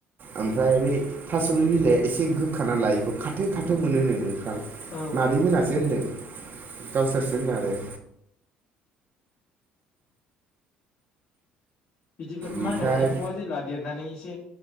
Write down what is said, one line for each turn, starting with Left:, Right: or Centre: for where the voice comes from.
Right: ओमफ्राय बै थासुमलि बिलाइआ एसे गोखानालाय बेखौ खाथो खाथो मोनो नो नोंथां।
Left: औ
Right: मादै मोनासो
Left: औ
Right: होनदों गावसोरसो होनदों आरो।
Left: बिदिब्ला
Right: ओमफ्राय
Left: मा होनो एम्फौआ जेब्ला देरनानै एसे